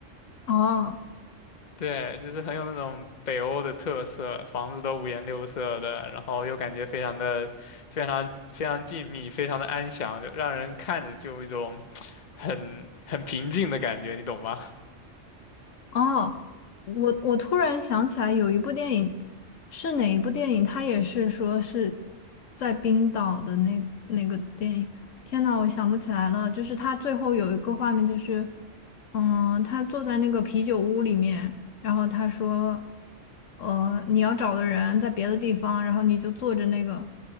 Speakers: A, on the left; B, on the left.
A: 哦，
B: 对，就是很有那种北欧的特色，房子都五颜六色的，然后又感觉非常的、非常、非常静谧，非常的安详，就让人看着就有一种很很平静的感觉，你懂吗？
A: 哦，我我突然想起来有一部电影，是哪一部电影？它也是说是在冰岛的那那个电影。天呐，我想不起来了。就是他最后有一个画面，就是嗯，他坐在那个啤酒屋里面，然后他说，呃，你要找的人在别的地方，然后你就坐着那个，